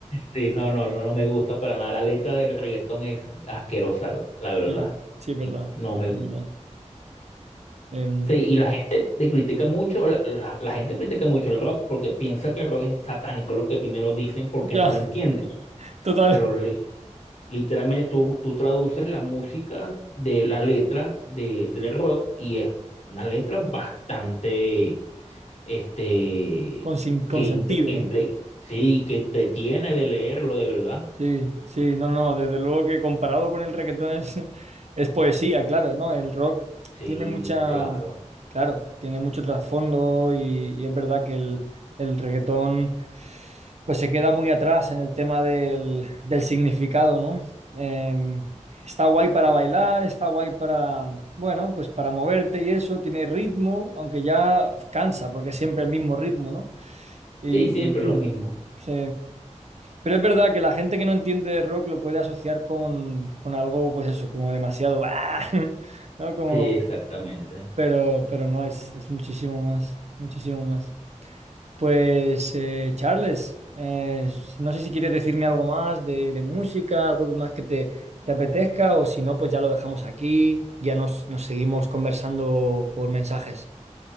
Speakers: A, on the left; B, on the right.
A: Sí, no, no, no, no me gusta para nada. La letra del reggaetón es asquerosa, la verdad.
B: Sí, sí, es verdad,
A: Sí, No me
B: sí,
A: gusta.
B: es verdad. Em,
A: Sí, y la gente te critica mucho, la, la- la gente critica mucho el rock porque piensa que el rock es satánico, lo que primero dicen porque
B: ya,
A: no lo entienden.
B: total,
A: pero li- literalmente tú, tú traduces la música de la letra de, del rock y es una letra bastante, este,
B: con, sin- con
A: que,
B: sentido,
A: entre- que
B: ¿no?
A: entre- sí, que entretiene de leerlo de verdad.
B: Sí, sí, no, no, desde luego que comparado con el reggaetón es, <laughs> es poesía, claro, ¿no? El rock
A: Sí,
B: tiene mucha,
A: claro.
B: claro, tiene mucho trasfondo y, y es verdad que el, el reggaetón pues se queda muy atrás en el tema del, del significado, ¿no? Eh, está guay para bailar, está guay para, bueno, pues para moverte y eso, tiene ritmo, aunque ya cansa porque es siempre el mismo ritmo, ¿no? Y
A: Sí, siempre lo mismo.
B: sí, pero es verdad que la gente que no entiende de rock lo puede asociar con, con algo, pues eso, como demasiado, ¡ah! <laughs> ¿no? Como,
A: Sí, exactamente.
B: pero, pero no, es, es muchísimo más, muchísimo más. Pues, eh, Charles, eh, no sé si quieres decirme algo más de, de música, algo más que te, te apetezca, o si no, pues ya lo dejamos aquí, ya nos, nos seguimos conversando por mensajes.